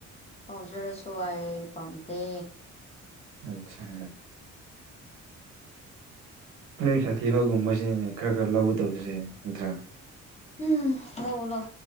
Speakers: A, on the left; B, on the right.
A: ꯍꯧꯁꯔꯁꯨꯣ ꯑ ꯄꯥꯟꯗ
B: ꯑꯆꯥ ꯅꯣꯏ ꯁꯥꯊꯤꯕꯒꯨꯝꯕꯁꯤꯅꯅꯦ ꯈꯔ ꯈꯔ ꯂꯧꯒꯗꯕꯁꯦ ꯅꯠꯇ꯭ꯔꯥ
A: ꯎꯝ ꯂꯣꯂꯣ